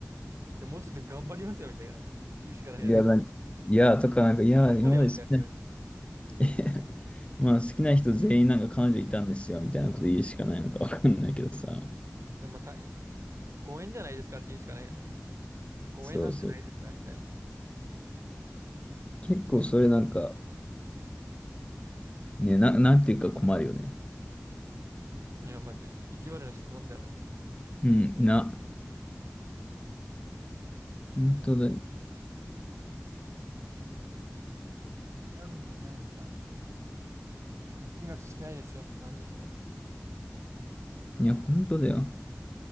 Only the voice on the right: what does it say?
やもうちょっと頑張りますよ、みたいな。言うしかないよね。
頑張れよ、
みたいな言う。
それまた、えご縁じゃないですかって言うしかないよね。ご縁なんてないですかみたいな。
いや、マジ、意地悪な質問だよな。
なんでいない。
なんでいないのか。こっちが聞きたいですよって感じですね。